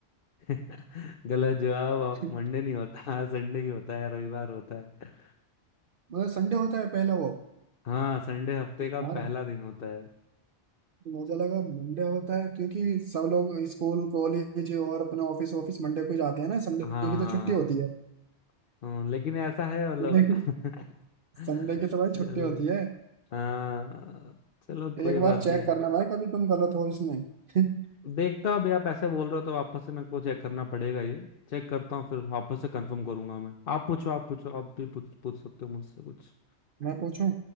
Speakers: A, on the left; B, on the right.
A: <laughs> गलत जवाब
B: <laughs>
A: मंडे नहीं होता हाँ, संडे ही होता है रविवार होता है
B: मतलब संडे होता है पहला वो
A: हाँ संडे हफ्ते का
B: यार
A: पहला दिन होता है
B: मुझे लगा मंडे होता है क्योंकि सब लोग स्कूल कॉलेज और अपना ऑफिस ऑफिस मंडे को ही जाते हैं ना संडे
A: हाँ हाँ
B: की तो छुट्टी होती
A: हाँ,
B: है
A: हाँ, लेकिन ऐसा है मतलब
B: संडे की
A: <laughs>
B: संडे की तो भाई
A: चलो
B: छुट्टी होती है
A: हाँ चलो कोई
B: एक
A: बात
B: बार चेक
A: नहीं
B: करना भाई कभी तुम गलत हो इसमें <laughs>
A: देखता हूँ अभी आप ऐसे बोल रहे हो तो वापस से मेरे को चेक करना पड़ेगा ये चेक करता हूँ फिर वापस से कंफर्म करूंगा मैं आप पूछो आप पूछो आप भी पूछ पूछ सकते हो मुझसे कुछ
B: मैं पूछूं